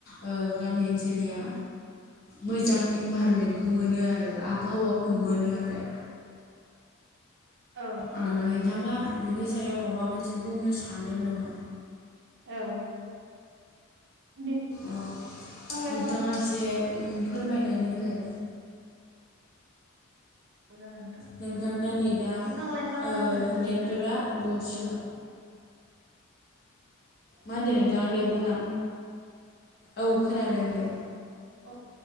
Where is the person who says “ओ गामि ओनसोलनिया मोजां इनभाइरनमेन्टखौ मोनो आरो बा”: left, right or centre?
Left